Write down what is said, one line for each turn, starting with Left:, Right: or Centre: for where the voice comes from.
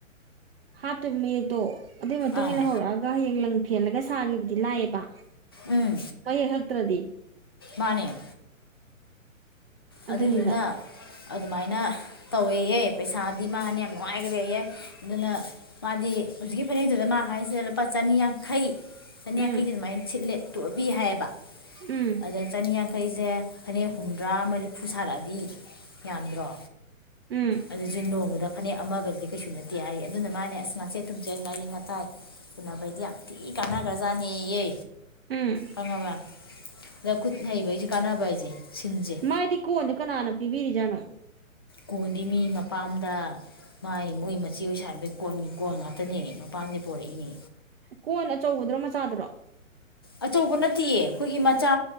Right: ꯍꯥꯞꯇꯣꯏꯕ ꯃꯌꯦꯛꯇꯣ ꯑꯗꯨꯏ ꯃꯇꯨꯡꯏꯟꯅ
Left: ꯑꯥ
Right: ꯍꯧꯔꯛꯑꯒ ꯍꯌꯦꯡ ꯂꯪ ꯐꯦꯜꯂꯒ ꯁꯥꯥꯒꯤꯕꯗꯤ ꯂꯥꯏꯑꯦꯕ
Left: ꯎꯝ
Right: ꯃꯌꯦꯛ ꯍꯛꯇ꯭ꯔꯗꯤ
Left: ꯃꯥꯅꯦ
Right: ꯑꯗꯨꯅꯤꯗ
Left: ꯑꯗꯨꯏꯗꯨꯅ ꯑꯗꯨꯃꯥꯏꯅ ꯇꯧꯋꯦꯌꯦ ꯄꯩꯁꯥꯗꯤ ꯃꯥ ꯍꯥꯏꯅꯦ ꯌꯥꯝ ꯅꯨꯡꯉꯥꯏ ꯂꯨꯒ꯭ꯔꯦꯌꯦ ꯑꯗꯨꯅ ꯃꯥꯗꯤ ꯍꯧꯖꯤꯛꯀꯤ ꯐꯅꯦꯛ ꯑꯗꯨꯗ ꯃꯥ ꯍꯥꯏꯁꯦ ꯂꯨꯄꯥ ꯆꯅꯤ ꯌꯥꯡꯈꯩ ꯆꯅꯤꯌꯥꯡꯈꯩꯗꯤ
Right: ꯎꯝ
Left: ꯑꯗꯨꯃꯥꯏꯅ ꯁꯤꯠꯂꯦ ꯇꯣꯛ ꯑꯄꯤ ꯍꯥꯏꯌꯦꯕ
Right: ꯎꯝ
Left: ꯑꯗ ꯆꯅꯤꯌꯥꯡ ꯈꯩꯖꯦ ꯐꯅꯦꯛ ꯍꯨꯝꯗ꯭ꯔꯥ ꯃꯔꯤꯐꯨ ꯁꯥꯔꯛꯑꯗꯤ ꯌꯥꯝꯗ꯭ꯔꯣ
Right: ꯎꯝ
Left: ꯑꯗꯨꯖꯨ ꯅꯣꯡꯃꯗ ꯐꯅꯦꯛ ꯑꯃꯒꯗꯨꯗꯤ ꯀꯩꯁꯨ ꯅꯠꯇꯦ ꯍꯥꯏꯌꯦ ꯑꯗꯨꯅ ꯃꯥꯅꯦ ꯑꯁ ꯉꯥ ꯆꯦꯠ ꯊꯨꯝꯆꯦꯠ ꯉꯥꯔꯤ ꯉꯥꯇꯥꯏ ꯎꯅꯕꯩꯗꯤ ꯌꯥꯝ ꯊꯤ ꯀꯥꯟꯅ ꯒ꯭ꯔꯥꯖꯥꯠ ꯅꯦꯌꯦ
Right: ꯎꯝ
Left: ꯈꯪꯉꯕ ꯑꯗ ꯈꯨꯠ ꯍꯩꯕ ꯁꯨ ꯀꯥꯟꯅꯕ ꯍꯥꯏꯁꯦ ꯁꯤꯟꯁꯦ
Right: ꯃꯏꯗꯤ ꯀꯣꯟꯗꯣ ꯀꯅꯥꯅ ꯄꯤꯕꯤꯔꯤ ꯖꯥꯠꯅꯣ
Left: ꯀꯣꯟꯗꯤ ꯃꯤ ꯃꯄꯥꯝꯗ ꯃꯥꯏ ꯃꯣꯏ ꯃꯆꯦ ꯑꯣꯏ ꯁꯥꯏꯝꯕꯩ ꯀꯣꯟꯒꯤ ꯀꯣꯟ ꯉꯥꯛꯇꯅꯦ ꯃꯄꯥꯝꯗꯩ ꯄꯣꯔꯛꯏꯅꯦ
Right: ꯀꯣꯟ ꯑꯆꯧꯕꯗꯨꯔꯣ ꯃꯆꯥꯗꯨꯔꯣ
Left: ꯑꯆꯧꯕ ꯅꯠꯇꯤꯌꯦ ꯑꯩꯈꯣꯏꯒꯤ ꯃꯆꯥ